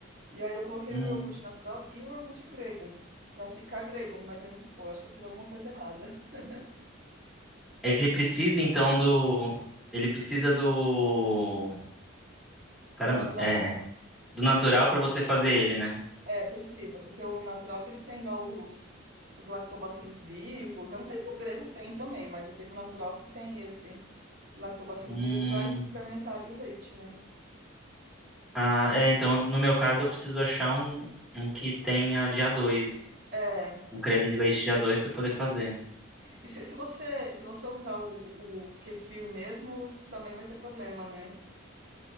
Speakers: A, on the right (about 50°); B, in the centre.
A: E aí eu coloquei
B: Hum.
A: o iogurte natural e o iogurte grego, pra ficar grego, mas aí não ficou. Eu acho que eu fiz alguma coisa errada. <laughs>
B: Ele precisa então do. Ele precisa do. Caramba,
A: O natural,
B: é. Do natural pra você fazer ele, né?
A: é, precisa, porque o natural que ele tem lá os, os lactobacilos vivos. Eu não sei se o grego tem também, mas eu sei que o natural que tem esse lactobacilos
B: Hum.
A: vivo que vai fermentar ali o leite, né?
B: Ah, é, então no meu caso eu preciso achar um, um que tenha de A2.
A: É,
B: Um creme de leite de A2 pra poder fazer.
A: e se, se você se você usar o, o kefir mesmo, também vai ter problema, né?